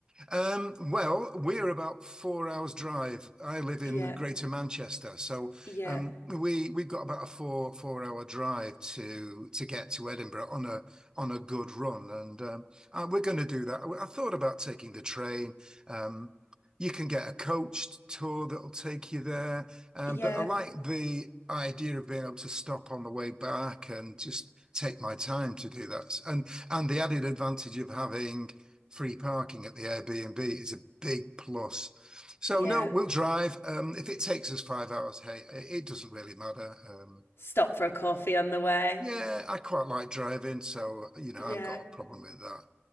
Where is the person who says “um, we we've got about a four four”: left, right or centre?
Right